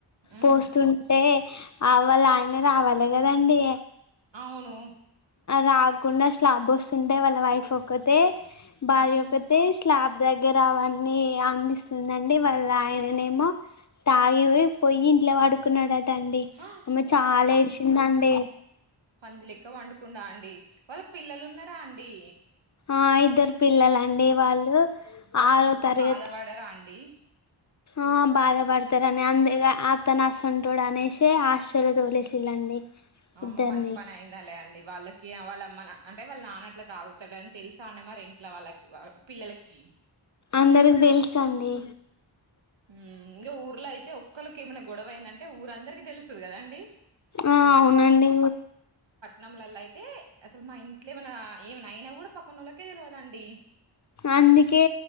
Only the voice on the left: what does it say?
పోస్తుంటే అవ్వళయనే రావాల అ కదండి
రాకుండా స్లాబ్ వస్తుంటే వాళ్ళ వైఫ్ ఒకతే బయగాకతే
క్లాబ్ దగ్గర అవన్నీ అందిస్త నండే వల్ల ఆయన మా తయి పోయి ఇంట్లో వాడుకున్నాడా టండి
అమ్మ చాలా ఏడిచిందండి
ఆ ఇద్దరు పిల్లల అండి వాళ్ళు
ఆరో
తరగతి
ఆ బాధపడతారని అంతేగా అనా సంటోడు అనేసి ఆ కష్టాల తోలేసిల్లండి
ఇద్దరిని
అందరికి తెలుసు అండి
ఆ అవునండి
అందుకే